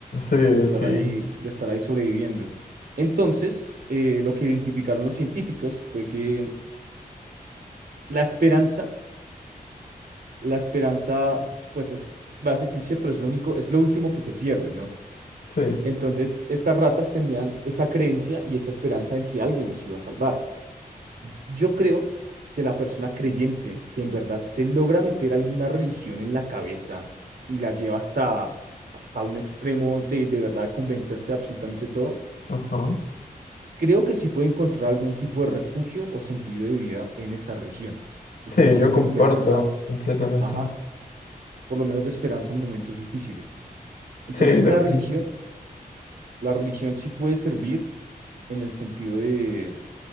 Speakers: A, on the left (about 75°); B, on the right (about 80°).
A: Sí,
B: de estar
A: sí,
B: ahí, de estar ahí sobreviviendo. Entonces, eh, lo que identificaron los científicos fue que la esperanza, la esperanza, pues es, va a ser cliché, pero es lo único, es lo último que se pierde, ¿no?
A: sí.
B: Entonces, estas ratas tenían esa creencia y esa esperanza en que alguien los iba a salvar. Yo creo que la persona creyente, que en verdad se logra meter alguna religión en la cabeza y la lleva hasta, hasta un extremo de de verdad convencerse de absolutamente todo,
A: Ajá.
B: creo que sí puede encontrar algún tipo de refugio o sentido de vida en esa religión, o
A: Sí,
B: por lo menos
A: yo comparto
B: de esperanza,
A: completamente.
B: ajá, por lo menos de esperanza en momentos difíciles. Entonces,
A: Sí, defin-
B: la religión, la religión sí puede servir en el sentido de